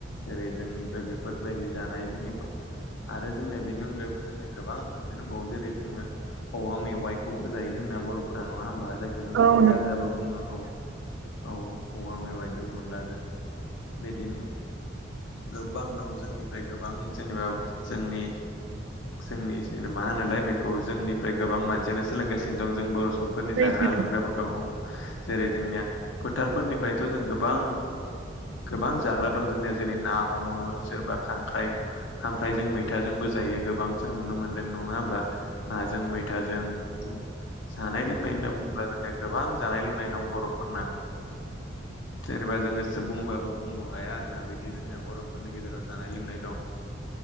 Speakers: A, on the left; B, on the right.
A: जेरै जोंनिफ्राय बेफोरबायदि जानाय लोंनायखौ आरो जोंनिया बेनि अनगायैबो जोंनिया गोबां ओंख्रि दंबावो जेरै जोंङो औवा मेवाइखौबो जायो जोंना बर'फोरा नंङा होमबा जायखौ जों
B: औ
A: औवा
B: नों
A: गाजाबो बुंङो औ औ औवा मेवाइजों अनलाजों बिदिनो गोबां दं जोंनिफ्राय गोबां जेनेबा जोंनि जोंनि जेन मा होनोलाय बेखौ जोंनिफ्राय गोबां मानसियानो सोलोंगासिनो दं जों बर' सुबुंफोरनि
B: सैथो
A: जाग्रा लोंग्राफोरखौ जेरै जोंनिया फोथारफोरनिफ्रायथ' जों गोबां गोबां जाग्रा दं जोंनिया जेरै ना हमो सोरबा खांख्राइ खांख्राइजों मैथाजोंबो जायो गोबां जों नुनो मोन्दों नंङा होमबा नाजों मैथाजों औ जानाय लोंनाय होनना बुंङोब्ला जोंनिया गोबां जानाय लोंनाय दं बर'फोरना जेनेबा जोंङोसो बुंबाबो बुंग' हाया आरो ना बिदि बिदि जोंनिया बर'फोरनि गेजेराव जानाय लोंनाय दं।